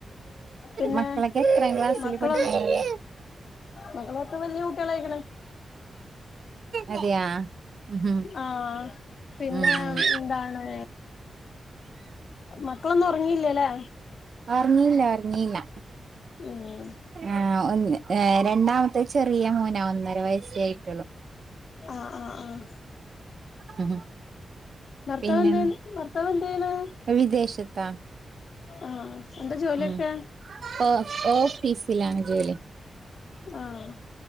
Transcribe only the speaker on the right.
മക്കളൊക്കെ എത്രാം ക്ലാസ്സിൽ
പഠിക്കുന്നേ
അതെയാ ഉം
ഉം ഉം
ഉറങ്ങിയില്ല ഉറങ്ങിയില്ല
ആഹ് ഒന്ന് ഏഹ് രണ്ടാമത്തെ ചെറിയ മോനാ ഒന്നര വയസ്സേ ആയിട്ടുള്ളു
ഉം
പിന്നെ
വിദേശത്താ
ഉം ഓ ഓഫീസിലാണ് ജോലി